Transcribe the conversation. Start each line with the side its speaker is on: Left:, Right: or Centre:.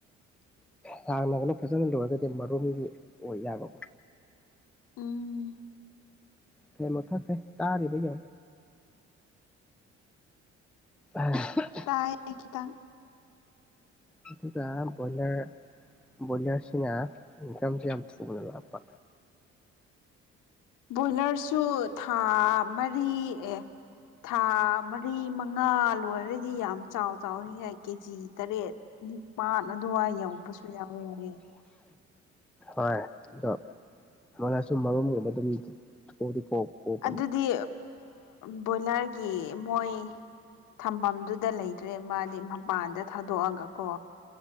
Centre: ꯁꯥꯡꯅꯒꯂ ꯐꯖꯅ ꯂꯣꯏꯔꯒꯗꯤ ꯃꯔꯨꯝꯗꯤ ꯑꯣꯏ ꯌꯥꯕꯀꯣ
Left: ꯎꯝ
Centre: ꯐꯦꯃꯣ ꯊꯥꯁꯦ ꯇꯗꯥ ꯑꯔꯔꯤꯕꯩ ꯌꯥꯡ ꯑ
Left: ꯀꯥꯏꯈꯤꯇ
Centre: ꯑꯗꯨꯒ ꯕꯣꯏꯂꯔ ꯕꯣꯏꯂꯔꯁꯤꯅ ꯏꯟꯀꯝꯁ ꯌꯥꯝ ꯊꯨꯅ ꯂꯞꯄ
Left: ꯕꯣꯏꯂꯔꯁꯨ ꯊꯥ ꯃꯔꯤ ꯑꯦ ꯊꯥ ꯃꯔꯤ ꯃꯉꯥ ꯂꯣꯏꯔꯗꯤ ꯌꯥꯝ ꯆꯥꯎ ꯆꯥꯎ ꯌꯥꯏ ꯀꯦꯖꯤ ꯇꯔꯦꯠ ꯄꯥꯠ ꯑꯗꯨꯋꯥꯏ ꯌꯧꯕꯁꯨ ꯌꯥꯎꯋꯦ ꯌꯥꯔꯦ
Centre: ꯍꯣꯏ ꯑꯗꯣ ꯃꯣꯏꯅ ꯁꯨꯝ ꯃꯔꯨꯝꯒꯨꯝꯕ ꯑꯗꯨꯝꯣꯛꯗꯤ ꯀꯣꯛ ꯀꯣꯛꯄꯅꯦ
Left: ꯑꯗꯨꯗꯤ ꯕꯣꯏꯂꯔꯒꯤ ꯃꯣꯏ ꯊꯝꯐꯝꯗꯨꯗ ꯂꯩꯇ꯭ꯔꯦ ꯃꯥꯗꯤ ꯃꯄꯥꯟꯗ ꯊꯥꯗꯣꯛꯑꯒꯀꯣ